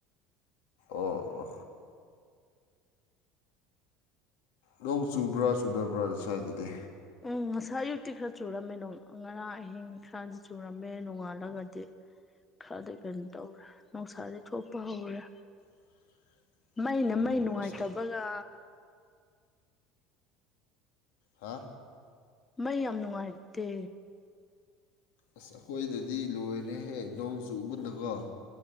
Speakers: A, on the left; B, on the left.
A: ꯑꯣ ꯂꯧ ꯆꯨꯕ꯭ꯔꯥ ꯆꯨꯗꯕ꯭ꯔꯥ ꯑꯗꯨ꯭ꯋꯥꯏꯗꯗꯤ
B: ꯎꯝ ꯉꯁꯥꯏ ꯑꯌꯨꯛꯇꯤ ꯈꯔ ꯆꯨꯔꯝꯃꯦ ꯉꯔꯥꯡ ꯑꯍꯤꯡ ꯈꯔꯗꯤ ꯆꯨꯔꯝꯃꯦ ꯅꯣꯡꯉꯥꯜꯂꯒꯗꯤ ꯈꯔꯗꯤ ꯀꯩꯅꯣ ꯇꯧꯔꯦ ꯅꯨꯡꯁꯥꯥꯁꯦ ꯊꯣꯛꯄ ꯍꯧꯔꯦ
A: <unintelligible>
B: ꯃꯩꯅ
A: ꯑꯣ
B: ꯃꯩ ꯅꯨꯡꯉꯥꯏꯇꯕꯒ
A: ꯑꯁ ꯍꯥ
B: ꯃꯩ ꯌꯥꯝ ꯅꯨꯡꯉꯥꯏꯔꯇꯦ
A: ꯑꯁ ꯑꯩꯈꯣꯏꯗꯗꯤ ꯂꯣꯏꯔꯦꯍꯦ ꯅꯣꯡ ꯆꯨꯕꯗꯀꯣ